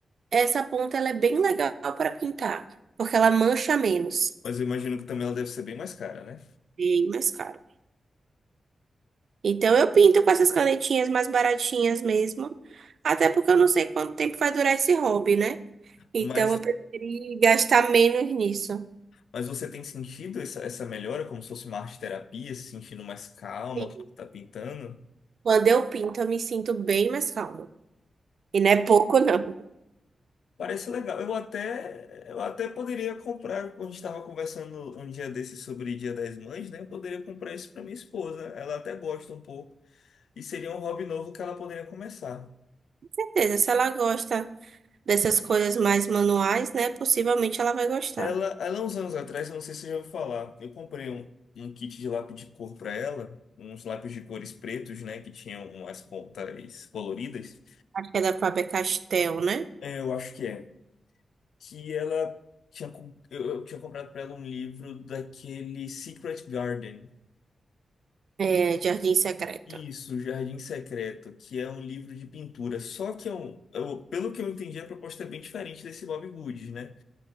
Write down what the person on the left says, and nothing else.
Mas eu imagino que também ela deve ser bem mais cara, né?
Mas,
mas você tem sentido essa, essa melhora, como se fosse uma arte terapia, se sentindo mais calma,
quando tá pintando?
Parece legal. Eu até, eu até poderia comprar, quando a gente estava conversando um dia desses sobre Dia das Mães, né? Eu poderia comprar isso para minha esposa. Ela até gosta um pouco. E seria um hobby novo que ela poderia começar.
Ela, ela uns anos atrás, eu não sei se você já ouviu falar, eu comprei um, um kit de lápis de cor para ela, uns lápis de cores pretos, né? Que tinham umas pontas coloridas.
É, eu acho que é. Que ela tinha, com- eu, eu tinha comprado para ela um livro daquele Secret Garden.
Isso, Jardim Secreto, que é um livro de pintura. Só que é um, eu- pelo que eu entendi, a proposta é bem diferente desse Bob Goods, né?